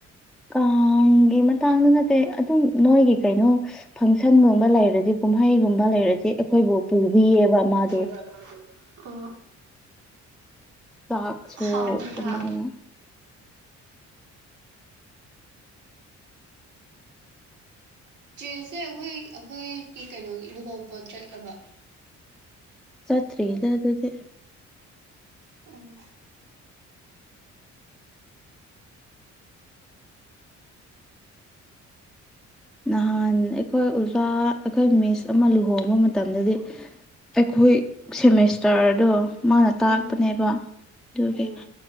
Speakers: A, in the centre; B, on the right.
A: ꯀꯥꯡꯒꯤ ꯃꯇꯥꯡꯗ ꯅꯠꯇꯦ ꯑꯗꯨꯝ ꯅꯣꯏꯒꯤ ꯀꯩꯅꯣ ꯐꯪꯁꯟꯒꯨꯝꯕ ꯂꯩꯔꯗꯤ ꯀꯨꯝꯍꯩꯒꯨꯝꯕ ꯂꯩꯔꯗꯤ ꯑꯩꯈꯣꯏꯕꯨ ꯄꯨꯕꯤꯌꯦꯕ ꯃꯥꯗꯣ
B: ꯕ ꯑꯣ
A: ꯆꯥꯛꯁꯨꯣ
B: ꯍꯥꯎꯕ꯭ꯔꯥ
A: ꯑꯗꯨꯃꯥꯏꯅ
B: ꯆꯦꯁꯦ ꯑꯩꯈꯣꯏ ꯑꯩꯈꯣꯏꯒꯤ ꯀꯩꯅꯣꯒꯤ ꯂꯨꯍꯣꯡꯕ ꯆꯠꯂꯕ
A: ꯆꯠꯇꯔꯤꯗ ꯑꯗꯨꯗꯤ
B: ꯑꯝ
A: ꯅꯍꯥꯟ ꯑꯩꯈꯣꯏ ꯑꯣꯖꯥ ꯑꯩꯈꯣꯏ ꯃꯤꯁ ꯑꯃ ꯂꯨꯍꯣꯡꯕ ꯃꯇꯝꯗꯗꯤ ꯑꯩꯈꯣꯏ ꯁꯦꯃꯦꯁꯇꯔꯗꯣ ꯃꯥꯅ
B: ꯎꯝ
A: ꯇꯥꯛꯄꯅꯦꯕ ꯑꯗꯨꯒꯤ
B: ꯎꯝ